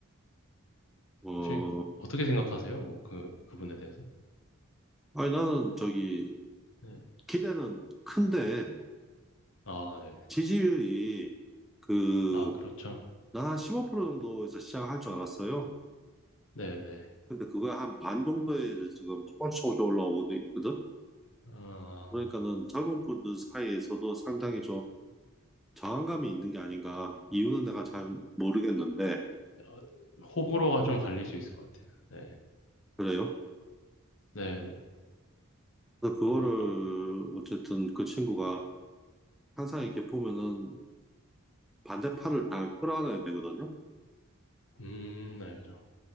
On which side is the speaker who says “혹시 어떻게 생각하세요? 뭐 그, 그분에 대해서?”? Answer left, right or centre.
Left